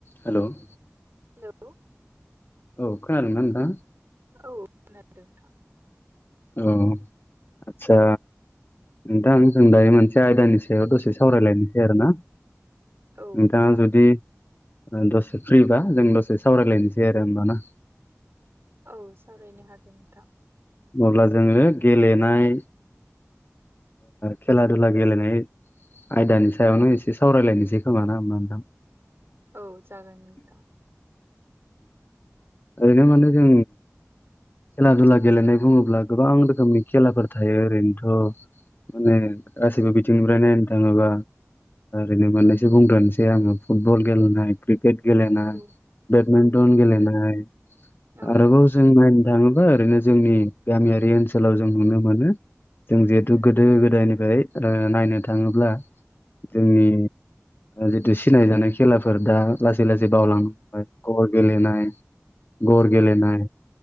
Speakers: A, on the left; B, on the right.
A: हेल'।
B: Hello
A: औ खोनादोंना नोंथां।
B: औ नोंथां।
A: औ आदसा नोंथां जों दायो मोनसे। आयदानि सायाव दसे सावरायलायनोसै आरो ना?
B: औ
A: नोंथाङा जुदि दसे फ्रिबा जों दसे सावरायलायनोसै आरो होमबा ना।
B: औ सावरायनो हागोन नोंथां।
A: अब्ला जोङो गेलेनाय। खेला दुला गेलेनाय आयदानि सायावनो एसे सावरायलायनोसै खोमा ना होनबा नोंथां।
B: औ जागोन नोंथां।
A: ओरैनो माने जों खेला दुला गेलेनाय बुङोब्ला गोबां रोखोमनि खेलाफोर थायो ओरैनोथ'। माने गासिबो बिथिंनिफ्राय नायनो थाङोबा। ओरैनो मोनैसो बुंग्रोनोसै आङो फुटबल गेलेनाय क्रिकेट। गेलेनाय
B: औ
A: बेदमिन्टन
B: औ
A: गेलेनाय
B: औ
A: आरोबाव जों नायनो थाङोब्ला। ओरैनो जोंनि गामियारि ओनसोलाव जों नुनो मोनो जों। गोदो गोदायनिफ्राय नायनो थाङोब्ला जोंनि जितु सिनायजानाय खेलाफोर दा लासै लासै बावलांबाय
B: औ
A: गर गेलेनाय। गर गेलेनाय